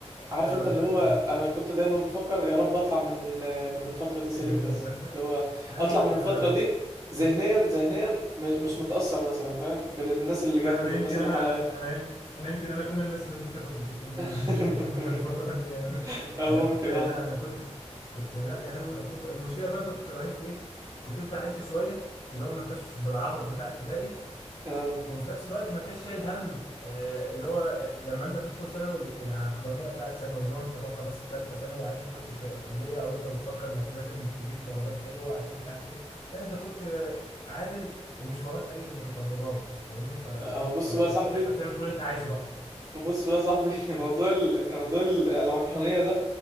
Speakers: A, on the right; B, on the left.
A: عارف
B: آه
A: انت اللي
B: كنت
A: هو انا كنت دايما بفكر يا رب اطلع من ال- من الفتره دي سليم
B: من المدرسة
A: بس اللي هو
B: لا
A: اطلع
B: لا
A: من
B: ده
A: الفتره
B: أنا
A: دي ذهنيا ذهنيا مش مش متاثر مثلا فاهم بالناس اللي جنبي
B: لا انا
A: والناس
B: يمكن
A: اللي
B: انا
A: حواليا
B: انا يم- انا يمكن انا كل الناس اللي كنت كنت بتشتكي منهم
A: <laughs>
B: <laughs> في الفتره دي انا
A: اه
B: انا كنت
A: ممكن
B: لا
A: اه
B: انا كنت كنت لا يا لهوي انا كنت المشكله بقى كنت رهيب في ايه كنت انت عيلت شويه اللي هو ما انتش بالعبط بتاع ابتدائي
A: اه
B: وفي نفس الوقت ما انتش شايل هم آه، اللي هو آه، لما انت تدخل ثانوي العقلانيه بتاعت ثانوي اللي هو انت بقى خلاص ثالثه ثانوي وعايز تخش ك- كليه او انت بتفكر انك لازم تجيب درجات حلوه عشان مش عارف ايه لا انت كنت آه، عاقل ومش وراك اي متطلبات فاهمني ف...
A: اه بص
B: ف... فكنت
A: بقى يا صاحبي
B: انت بتعمل كل اللي انت عايزه بقى
A: بص بقى يا صاحبي <laughs> موضوع ال... موضوع ال- العقلانيه ده